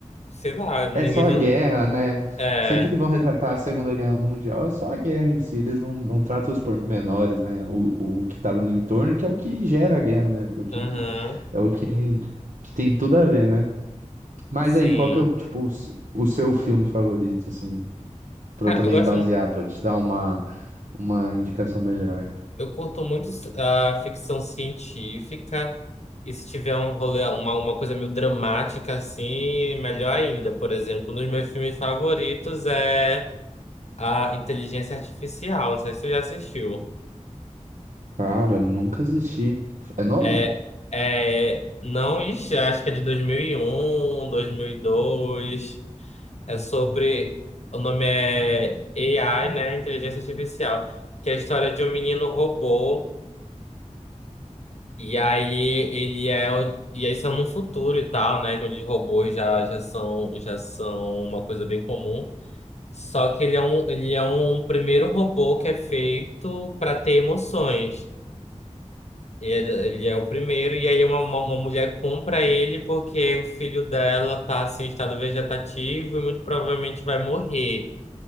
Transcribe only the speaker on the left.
sei lá, ninguém
não.
É.
Aham.
Sim.
Cara,
eu gosto,
eu curto muito a ficção científica. E se tiver um rolê, uma, uma coisa meio dramática assim, melhor ainda. Por exemplo, um dos meus filmes favoritos é a Inteligência Artificial. Não sei se você já assistiu.
É, é, não, ixi, acho que é de dois dois mil mil e um dois mil e dois É sobre, o nome é AI, né? Inteligência Artificial. Que é a história de um menino robô E aí ele é. o- E aí isso é num futuro e tal, né? Onde robôs já, já são, já são uma coisa bem comum. Só que ele é um, ele é um primeiro robô que é feito para ter emoções. E Ele, é- ele é o primeiro, e aí uma, uma, uma mulher compra ele porque o filho dela tá assim, em estado vegetativo e muito provavelmente vai morrer.